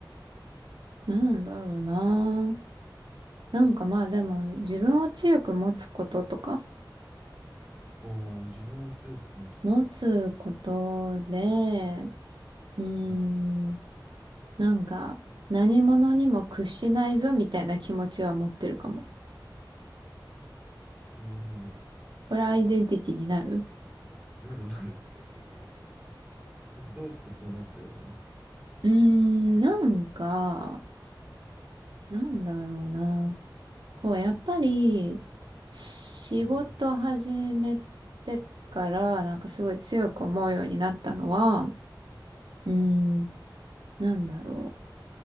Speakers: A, on the right; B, in the centre.
A: なんだろうな。なんかまあでも自分を強く持つこととか、
B: ああ、自分を強く持つこと。
A: 持つことで、うー
B: うん。
A: ん。なんか何者にも屈しないぞみたいな気持ちは持ってるかも。
B: なるほど。
A: これアイデンティティになる
B: なるなる。<laughs> どうしてそうなってるの
A: うーん、なんか、なんだろうな。こう、やっぱり、仕事始めてから、
B: うん。
A: なんかすごい強く思うようになったのは、うーん、なんだろう。